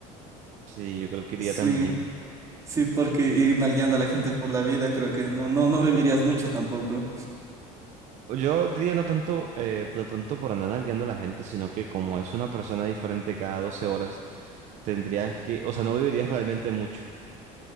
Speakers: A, on the right; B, on the right.
A: Sí, yo creo que iría
B: Sí,
A: también.
B: sí, porque ir nalgueando a la gente por la vida, creo que no, no, no vivirías mucho tampoco.
A: Yo diría no tanto eh, de pronto por andar nalgueando a la gente, sino que como es una persona diferente cada 12 horas, tendrías que, o sea, no vivirías realmente mucho.